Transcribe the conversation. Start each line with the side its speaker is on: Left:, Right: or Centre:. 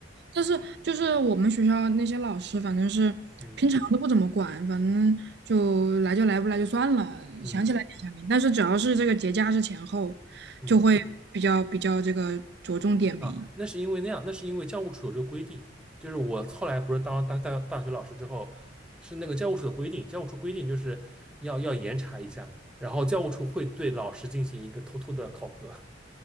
Right: 但是就是我们学校那些老师，反正是平常都不怎么管，
Centre: 嗯
Right: 反正就来就来，不来就算了，
Centre: 嗯
Right: 想起来点下名。但是只要是这个节假日前后，
Centre: 嗯，
Right: 就会比较比较这个着重点名。
Centre: 啊，那是因为那样，那是因为教务处有这个规定，就是我后来不是当大大大学老师之后，是那个教务处的规定，教务处规定就是要要严查一下，然后教务处会对老师进行一个偷偷的考核。